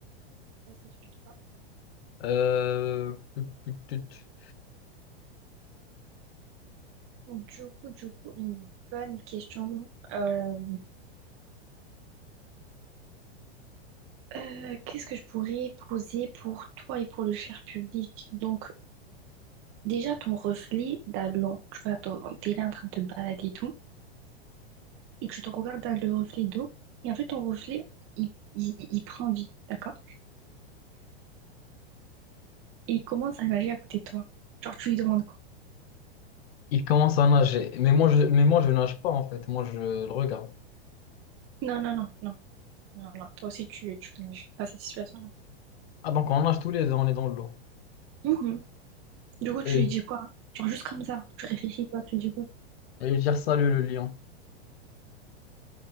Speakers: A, on the right; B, on the left.
A: ça se discute pas.
B: Euh, tut, tut, tut.
A: Du coup, du coup, une bonne question. Euh, euh, qu'est-ce que je pourrais poser pour toi et pour le cher public? Donc, déjà, ton reflet dans l'eau. Tu vois, ton- t'es là en train de te balader et tout, et que tu te regardes dans le reflet d'eau. Et en fait, ton reflet, il, il, il prend vie, d'accord? Et il commence à nager à côté de toi. Genre, tu lui demandes quoi?
B: il commence à nager, mais moi, je, mais moi, je nage pas en fait, moi, je le regarde.
A: Non, non, non, non. Alors, toi aussi, tu, tu connais pas cette situation-là.
B: Ah, donc on nage tous les deux, on est dans l'eau.
A: Mhm. Du coup,
B: et
A: tu lui dis quoi? Genre, juste comme ça, tu réfléchis pas, tu lui dis quoi?
B: Et dire salut le lion.